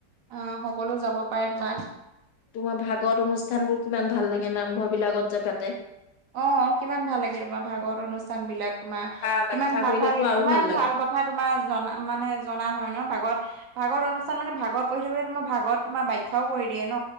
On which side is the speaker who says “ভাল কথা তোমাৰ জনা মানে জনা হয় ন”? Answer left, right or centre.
Right